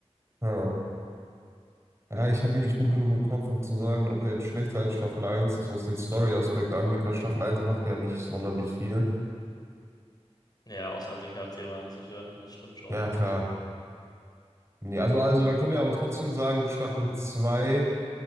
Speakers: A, on the right; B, on the left.
A: Hm. Ja, ich habe ihn nicht gut genug im Kopf, um zu sagen, ob er jetzt schlechter als Staffel eins ist, was den Story-Aspekt angeht, weil Staffel eins macht ja nicht sonderlich viel.
B: Ja, außer halt die Charaktere einzuführen, das stimmt schon.
A: Ja, klar. Nee, also, also dann können wir aber trotzdem sagen, Staffel zwei